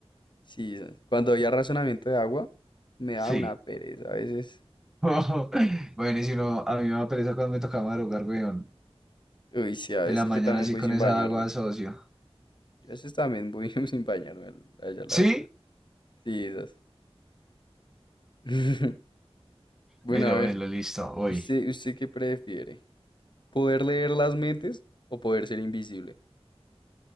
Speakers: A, on the left (about 45°); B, in the centre.
A: sí, cuando había razonamiento de agua, me da
B: Sí.
A: una pereza a veces.
B: <laughs> Bueno, y si no, a mí me da pereza cuando me toca madrugar, weón.
A: Uy, sí, a
B: En
A: veces
B: la mañana
A: yo también
B: así
A: voy
B: con
A: sin
B: esa
A: bañarme.
B: agua, socio.
A: Yo a veces también voy <laughs> sin bañarme, allá, la
B: Sí,
A: verdad. Sí, esas. <laughs> Bueno,
B: pero
A: a ver,
B: bueno, listo, voy.
A: ¿usted, usted qué prefiere? ¿Poder leer las mentes o poder ser invisible?